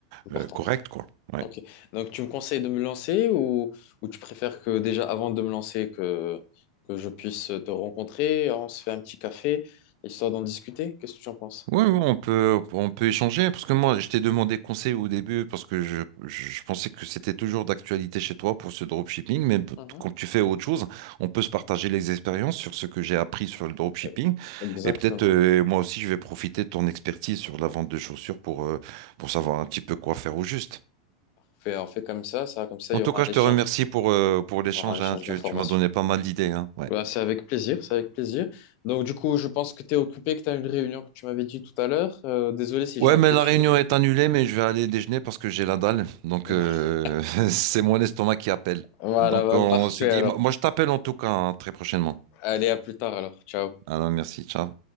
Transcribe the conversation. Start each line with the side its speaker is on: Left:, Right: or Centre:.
Left: importante.
Right: euh, correcte, quoi. Ouais.
Left: Ok. Donc, tu me conseilles de me lancer ou, ou tu préfères que déjà, avant de me lancer, que, que je puisse te rencontrer, on se fait un petit café, histoire d'en discuter? Qu'est-ce que tu en penses?
Right: Ouais, ouais, on peut, on peut échanger, parce que moi, je t'ai demandé conseil au début, parce que je, je, je pensais que c'était toujours d'actualité chez toi pour ce dropshipping, mais p-
Left: Mhm.
Right: quand tu fais autre chose, on peut se partager les expériences sur ce que j'ai appris sur le dropshipping,
Left: Euh, Exactement.
Right: et peut-être euh, moi aussi, je vais profiter de ton expertise sur la vente de chaussures pour, euh, pour savoir un petit peu quoi faire au juste.
Left: Fait- on fait comme ça, ça, comme ça,
Right: En
Left: il y
Right: tout
Left: aura
Right: cas,
Left: un
Right: je
Left: échange,
Right: te remercie pour, euh, pour l'échange,
Left: il y aura un échange
Right: hein. Tu,
Left: d'informations.
Right: tu m'as donné pas mal d'idées, hein. Ouais.
Left: Bah, c'est avec plaisir, c'est avec plaisir. Donc, du coup, je pense que tu es occupé, que tu as une réunion que tu m'avais dit tout à l'heure. Euh, désolé si
Right: Ouais,
Left: j'ai empiétiné.
Right: mais la réunion est annulée, mais je vais aller déjeuner parce que j'ai la dalle. Donc,
Left: <laughs>
Right: euh, <laughs> c'est mon estomac qui appelle.
Left: Voilà,
Right: Donc,
Left: bah,
Right: on
Left: parfait
Right: se dit,
Left: alors.
Right: moi, je t'appelle en tout cas hein, très prochainement.
Left: Allez, à plus tard alors. Ciao.
Right: Alors, merci, ciao.